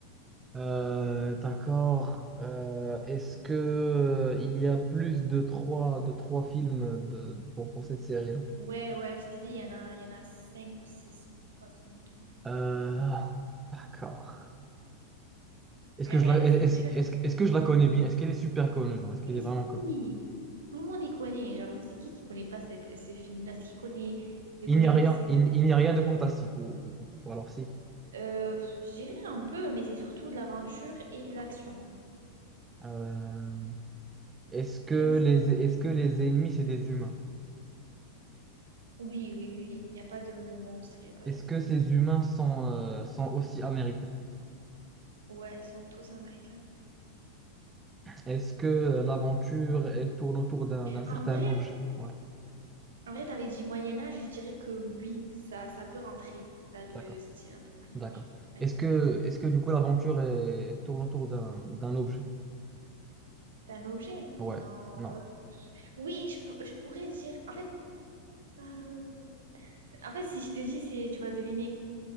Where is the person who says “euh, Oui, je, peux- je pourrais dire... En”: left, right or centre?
Right